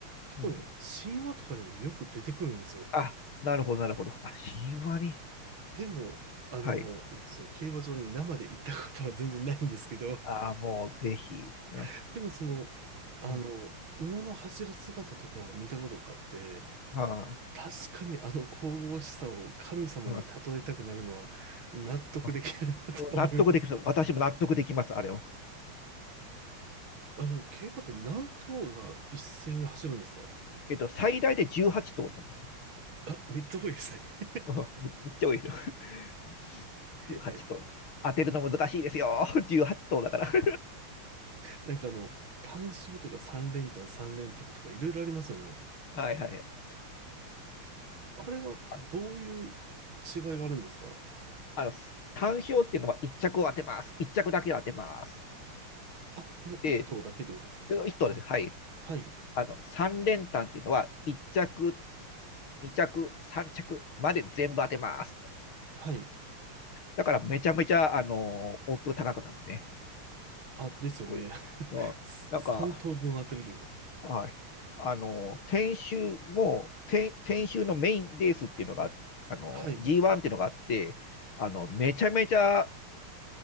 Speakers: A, on the right; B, on the left.
A: 結構ね、
B: うん。
A: 神話とかにもよく出てくるんですよ。
B: あ、なるほど、なるほど。あ、神話に。
A: でも、あの、
B: はい。
A: 僕その競馬場に生で行ったことは全然ないんですけど、
B: ああ、もうぜひ。あ
A: <laughs> でもその、あの、
B: うん。
A: 馬の走る姿とかは見たことがあって、
B: は
A: 確かにあの神々しさを神様に例えたくなるのは納得できるなと思います。
B: い。はい。あ納得できます。私も納得できます、あれを。
A: あの、競馬って何頭が一斉に走るんですか
B: えっと、最大で18頭なんですよ。
A: あ、めっちゃ多いですね。
B: <laughs> うんむむっちゃ多いですよ。<laughs>
A: <laughs>
B: 18頭。
A: へえ。
B: 当てるの難しいですよ。<laughs> 18頭だから。<laughs>
A: なんかあの、単勝とか三連単、三連複とかいろいろありますよね。
B: はいはいはい。
A: あれはどういう違いがあるんですか
B: あ、あの、単勝っていうのは1着を当てます。1着だけを当てます。
A: あ、もう一頭だけってことですか
B: で、1頭です。はい。
A: はい。
B: あの、3連単っていうのは1着2着、3着まで全部当てます
A: はい。
B: だからめちゃめちゃ、あの、オッズ高くなるんですね。
A: あ、ですよね。
B: これ
A: <laughs> す三頭分当てれるの。
B: なんか、はい。あの、先週も、先、先週のメインレースっていうのが、あの、
A: はい。
B: G1 っていうのがあって、あの、めちゃめちゃ、